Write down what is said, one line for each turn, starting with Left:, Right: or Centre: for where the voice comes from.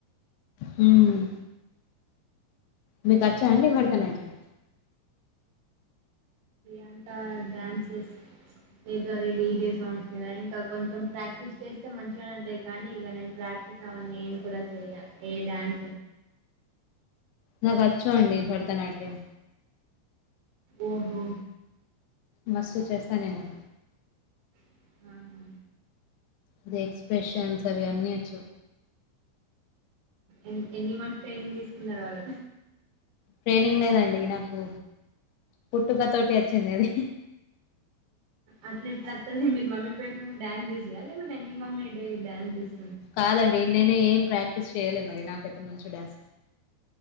Left: హుమ్మ్ మీకచ్చ అండి భరతనాట్యం
Right: ఎంత డ్యాన్సెస్ లేదు అది డీజే సాంగ్స్ మీద ఇంకా కొంచెం ప్రాక్టీస్ చేస్తే, మంచిగా ఉంటది కానీ ఇగ నేను ప్రా. చూసావా నేను కూడ చెయ్య ఏ డాన్
Left: నాకచ్చు అండి భరతనాట్యం
Right: ఓహో
Left: మస్తు చేస్తానే న్
Right: అవునా అండి
Left: అది ఎక్స్ప్రెషన్స్ అవి అన్నీ వచ్చు
Right: ఎన్ ఎన్ని మంత్స్ ట్రైనింగ్ తీసుకున్నారు వాళ్ళ
Left: ట్రైనింగ్ లేదండి నాకు పుట్టుక తోటి వచ్చింది అది
Right: అట్లా ఎట్ల వస్తది మీ మమ్మీ పేట్ ను డాన్ చేసినా లేమ మీ మమ్మీ డైలీ డాన్స్ చేస్
Left: కాదండి నేను ఏం ప్రాక్టీస్ చేయ్యలే మరి నాకైతే మంచి డాన్స్